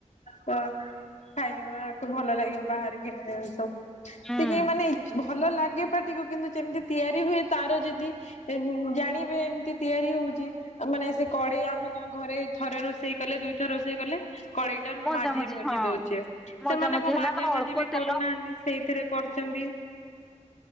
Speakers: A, on the left (about 65°); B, in the centre.
A: ତ ଖାଇବାକୁ ଭଲ ଲାଗିବ ବାହାରେ କିଣିକି ସବୁ।
B: ହୁଁ
A: ଟିକେ ମାନେ ଇ ଭଲ ଲାଗେ। ଗେ ପାଟିକୁ କିନ୍ତୁ ଯେମିତି ତିଆରି ହୁଏ ତାର ଯଦି ଜାଣିବେ ଏମତି ତିଆରି ହୋଉଛି। ମାନେ ସେ କଡେଇ ଆମେ ତ ଘରେ ଥରେ ରୋଷେଇ କଲେ ଦୁଇଥର ରୋଷେଇ କଲେ। କଡ଼େଇଟା
B: ମଜାମଜି
A: ମାଜି ମଜି
B: ହଁ
A: ଦୋଉଛେ
B: ମଜାମଜି
A: ସେମାନେ କଣ
B: ହେଲା
A: ମାଜା
B: ବା
A: ମଜି
B: ଅଳ୍ପ
A: ବି
B: ତେଲ
A: କରୁନାହାନ୍ତି ସେଇଥିରେ କରୁଚନ୍ତି।